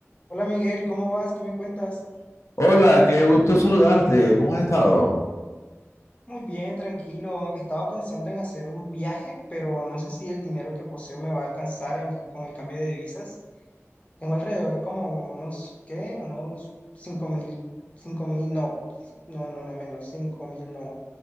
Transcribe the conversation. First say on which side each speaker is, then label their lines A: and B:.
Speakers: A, on the left (about 25°); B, on the left (about 70°).
A: Hola Miguel, ¿cómo vas? ¿Qué me cuentas?
B: Hola, qué gusto saludarte. ¿Cómo has estado?
A: Muy bien, tranquilo. Estaba pensando en hacer un viaje, pero no sé si el dinero que poseo me va a alcanzar en- con el cambio de divisas. Tengo alrededor como unos, ¿qué? Unos cinco mil, cinco mil, no, no, no, no menos, cinco mil, no.